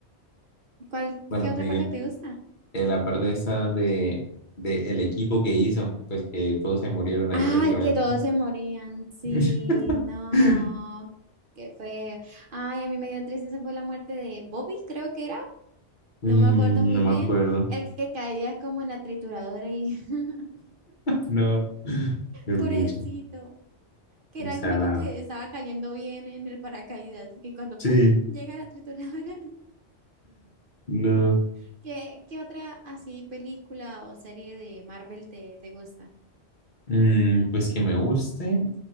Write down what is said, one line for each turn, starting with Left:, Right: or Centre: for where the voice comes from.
Right: cuál,
Left: bueno,
Right: qué otra
Left: digo,
Right: parte te gusta?
Left: eh, la parte esa de, de el equipo que hizo, pues que todos se murieron ahí
Right: Ay,
Left: prácticamente.
Right: que todos se morían. Sí,
Left: <laughs>
Right: no. Qué feo. Ay, a mí me dio tristeza fue la muerte de Bobby, creo que era.
Left: Mm,
Right: no me acuerdo muy
Left: no me
Right: bien,
Left: acuerdo.
Right: el que caía como en la trituradora y <laughs>
Left: No, es
Right: pobrecito,
Left: mucho.
Right: que
Left: O
Right: era
Left: sea,
Right: el único
Left: la...
Right: que estaba cayendo bien en el paracaídas y cuando
Left: Sí.
Right: ¡pum! llega la trituradora. <laughs>
Left: No.
Right: No. ¿Qué, qué otra así película o serie de Marvel te, te gusta?
Left: Mm, pues que me guste.